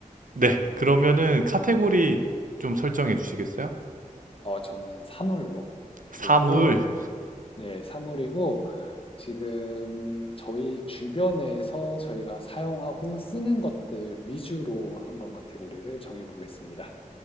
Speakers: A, on the right; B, on the left.
A: 네, 그러면은 카테고리 좀 설정해 주시겠어요?
B: 어, 저는 사물로.
A: 사물.
B: 그리고, 네, 사물이고, 지금 저희 주변에서 저희가 사용하고 쓰는 것들 위주로 한번 카테고리를 정해보겠습니다.